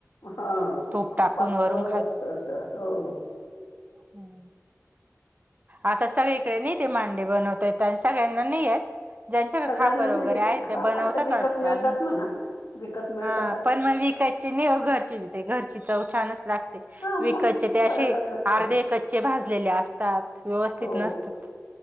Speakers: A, on the left (about 75°); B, on the right (about 30°).
A: हां
B: तूप
A: खूप
B: टाकून
A: पातळ
B: वरून
A: असतं असं हों.
B: हम्म. आता सगळीकडे नाही का मांडे बनवता येत आणि सगळ्यांना नाही येत. ज्यांच्याकड
A: सगळ्यांना
B: खापर
A: नाही
B: वगैरे
A: येत
B: हायत ते
A: हा
B: बनवतात
A: आता विकत
B: वाटतं
A: मिळतात
B: अजून
A: म्हणा विकत मिळतात
B: हां
A: आता
B: पण मग विकाय ची नयी ओं घरची ते घरची चव छानचं लाग
A: हा
B: विकतचे
A: मग
B: ते अशे
A: फरकच असतो
B: अर्धे कच्चे भाजलेले असतात, व्यवस्थित
A: हो
B: नसतात.